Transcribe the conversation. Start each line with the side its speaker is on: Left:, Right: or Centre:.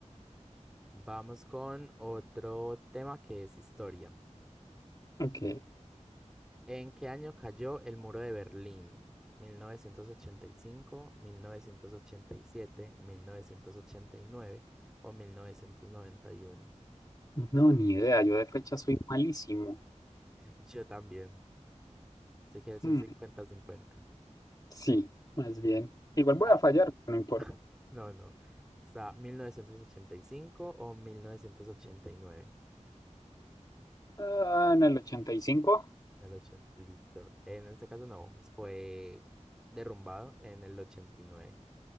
Centre: Vamos con otro tema que es historia.
Left: Ok.
Centre: ¿En qué año cayó el muro de Berlín? ¿1985, 1987, 1989 o 1991?
Left: No, ni idea. Yo de fecha soy malísimo.
Centre: Yo también. Si quieres
Left: Mm,
Centre: un 50-50.
Left: sí, más bien. Igual voy
Centre: Ah,
Left: a fallar, no importa.
Centre: <laughs> no, no. O sea, 1985 o 1989.
Left: Ah, en el ochenta y cinco
Centre: El 80. Listo. En este caso no, es- fue derrumbado en el 89.